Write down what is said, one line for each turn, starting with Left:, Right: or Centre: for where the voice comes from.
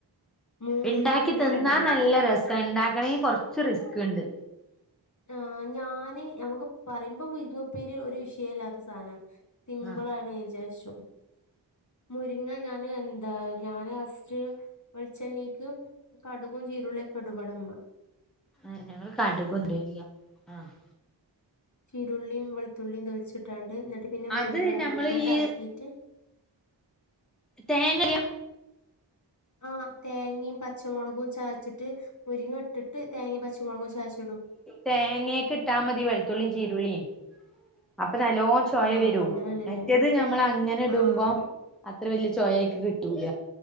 Left: മൂടി
Centre: ഉണ്ടാക്കി
Left: ഞാൻ ഇന്നാണ്ടല്ലോ
Centre: തിന്നാ നല്ല രസാ ഉണ്ടാക്കണെങ്കി കൊറച്ച് റിസ്ക്ണ്ട്
Left: ആഹ് ഞാന് നമ്മക്ക് പറയുമ്പോ മുരിങ്ങുപ്പേരി ഒരു വിഷയ ഇല്ലാത്ത സാന. സിംമ്പ്ള്
Centre: ആഹ്
Left: ആണ് വിചാരിച്ചു മുരിങ്ങ ഞാന് എന്താ ഞാന് ലാസ്റ്റ്‌ വെളിച്ചെണ്ണീക്ക് കടുകും ചീരുള്ളി ഒക്കെ ഇടും ഇവിടെ ഇമ്മ
Centre: ആ ഞങ്ങള് കടുക് കൊണ്ടർല ആഹ്
Left: ചീരുള്ളിയും വെളുത്തുള്ളിയും തോലിച്ചിട്ടാണ്ട് എന്നിട്ട് പിന്നെ മുരിങ്ങട
Centre: അത് ഞമ്മള്
Left: മുരിങ്ങ്ട്ട്
Centre: ഈ
Left: അളക്കിയിട്ട്
Centre: തേങ്ങലിയ
Left: ആഹ് തേങ്ങയും പച്ചമുളകും ചാച്ചിട്ട് മുരിങ്ങ ഇട്ടിട്ട് തേങ്ങയും പച്ചമുളകും ചാച്ചിടും
Centre: തേങ്ങയൊക്കെ ഇട്ടാ മതി വെളുത്തുള്ളിയും ചീരുള്ളിയും അപ്പോ നല്ലോ ചൊയ
Left: ആഹ്
Centre: വരൂ
Left: അങ്ങനെയാണ്ല്ലേ
Centre: മറ്റേത് നമ്മള് അങ്ങനെ ഇടുമ്പോ
Left: ആഹ്
Centre: അത്ര വലിയ ചോയയ്ക്ക് കിട്ടൂല